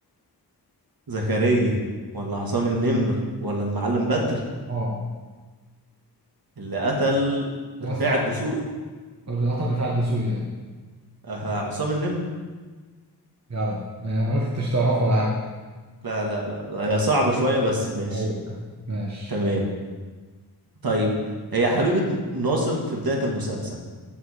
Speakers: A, on the right; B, on the right.
A: زكريا ولا عصام النمر ولا المعلم بدر
B: اه
A: اللي قتل
B: سؤال
A: رفاعي
B: صعب
A: الدسوقي
B: قطر رفاعة الدسوقي يعني
A: آه عصام النمر
B: جدع ما- انا قلت انت مش تعرفه ولا حاجة
A: لا لا لا هي صعبة شوية بس ماشي
B: ايوه ماشي
A: تمام طيب هي حبيبة ناصر في بداية المسلسل